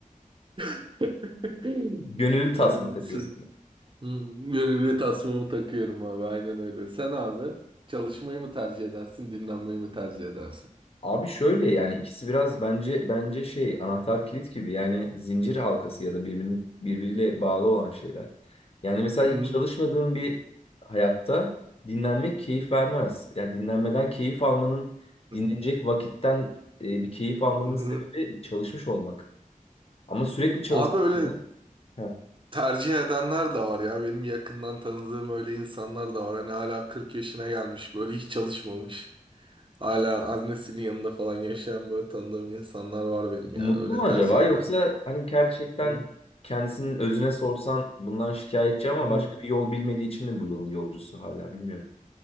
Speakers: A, on the right; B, on the left.
A: <laughs>
B: Gönüllü tasma
A: Yani
B: takıyorsun
A: sı-
B: yani.
A: Hmm, Gönüllü tasmamı takıyorum abi. Aynen öyle. Sen abi çalışmayı mı tercih edersin, dinlenmeyi mi tercih edersin?
B: Abi şöyle yani ikisi biraz bence bence şey anahtar kilit gibi yani zincir halkası ya da birbirini birbiriyle bağlı olan şeyler. Yani mesela
A: Hı
B: hiç çalışmadığın bir hayatta dinlenmek keyif vermez. Yani dinlenmeden keyif almanın
A: hı.
B: dinlenecek vakitten e, bir keyif almanın
A: hı
B: sebebi çalışmış olmak. Ama sürekli çalıştığında
A: Abi öyle
B: He.
A: tercih edenler de var ya. Benim yakından tanıdığım öyle insanlar da var. Hani hala 40 yaşına gelmiş böyle hiç çalışmamış. Hala annesinin yanında falan yaşayan böyle tanıdığım insanlar var benim
B: Mutlu
A: yani öyle
B: mu
A: tercih
B: acaba
A: eden.
B: yoksa hani gerçekten
A: Hı
B: kendisinin özüne sorsan bundan şikayetçi ama
A: hı.
B: başka bir yol bilmediği için mi bu yolun yolcusu hala bilmiyorum.